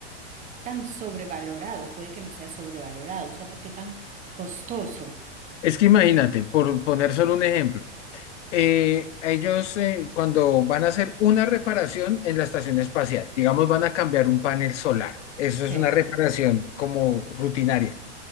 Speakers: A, on the right; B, on the left.
A: tan sobrevalorado? Puede que no sea sobrevalorado, o sea, ¿por qué tan costoso?
B: Es que imagínate, por poner solo un ejemplo. eh, ellos eh, cuando van a hacer una reparación en la estación espacial, digamos, van a cambiar un panel solar. Eso es
A: Sí,
B: una reparación como rutinaria.